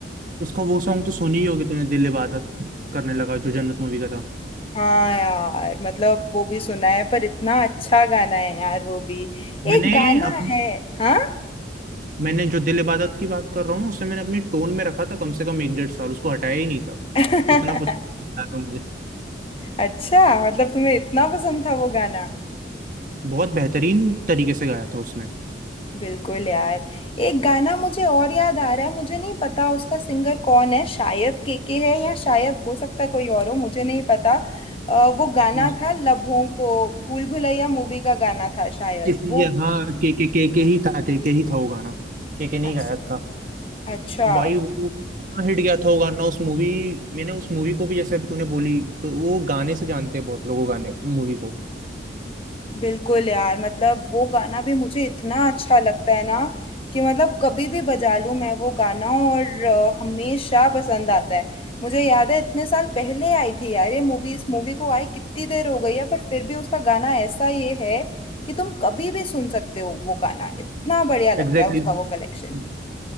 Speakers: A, on the right (about 45°); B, on the left (about 30°).
A: उसका वो सॉन्ग तो सुनी ही होगी तूने दिल इबादत करने लगा जो जन्नत मूवी का था
B: हाँ यार मतलब वो भी सुना है पर इतना अच्छा गाना है यार वो भी
A: मैंने
B: एक गाना
A: अप,
B: है हाँ
A: मैंने जो दिल इबादत की बात कर रहा हूँ ना उसे मैंने अपनी टोन में रखा था कम से कम एक डेढ़ साल उसको हटाया ही नहीं था
B: <laughs>
A: इतना कुछ गाया था तो मुझे
B: अच्छा मतलब तुम्हें इतना पसंद था वो गाना
A: बहुत बेहतरीन तरीके से गाया था उसने
B: बिल्कुल यार एक गाना मुझे और याद आ रहा है मुझे नहीं पता उसका सिंगर कौन है शायद केके है या शायद हो सकता है कोई और हो मुझे नहीं पता अ, वो गाना
A: कौन सा
B: था लबों को भूल भुलैया मूवी का गाना था शायद
A: इसलिए
B: वो
A: हाँ के के के के ही था के के ही था वो गाना के के नहीं
B: अच्छा
A: गाया था
B: अच्छा
A: भाई वो इतना हिट गया था वो गाना उस मूवी मैंने उस मूवी को भी जैसे अभी तूने बोली तो वो गाने से जानते हैं बहुत लोग वो गाने मूवी को
B: बिल्कुल यार मतलब वो गाना भी मुझे इतना अच्छा लगता है ना कि मतलब कभी भी बजा लूं मैं वो गाना और अ, हमेशा पसंद आता है मुझे याद है इतने साल पहले आई थी यार ये मूवी इस मूवी को आए कितनी देर हो गई है पर फिर भी उसका गाना ऐसा ये है कि तुम कभी भी सुन सकते हो वो गाना इतना बढ़िया लगता
A: एग्जैक्टली
B: है उसका वो कलेक्शन
A: exactly,